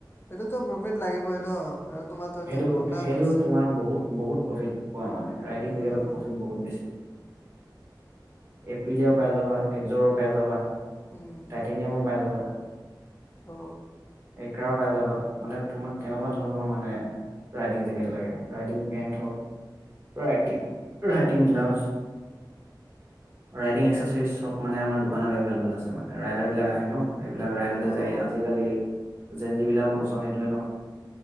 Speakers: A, on the left; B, on the right.
A: সেইটোতো প্ৰফিট লাগিবই ন আৰু তোমাৰো এতিয়া
B: সেইটো
A: পূৰ্ণা
B: সেইটো
A: হৈছে
B: তোমাৰ বহুত বহুত প্ৰফিট পোৱা মানে ৰাইডিং জেকটত
A: অ',
B: প্ৰফিট বহুত বেছি এপ্ৰিলেও পাই যাবা একযৰেও পাই যাবা
A: উম
B: তেতিনিয়া মোৰ পাই যাবা
A: অ
B: পাই যাবা মানে তোমাক কেনেকুৱা ধৰণৰ মানে ৰাইডিং জেকেট ল ৰাইডিং পেন্ট হক ৰাইং ৰাইডিং গ্লাভছ ৰাইডিং এক্সেছেৰিচ চব মানে আমাৰ দোকানত এভলেবল আছে মানে ৰাইডাৰ
A: উম,
B: বিলাক আহে ন এইবিলাক ৰাইডাৰলৈ
A: অ',
B: যায় আজিকালি জেন যিবিলাকৰ পচন্দ সেইটোৱে ন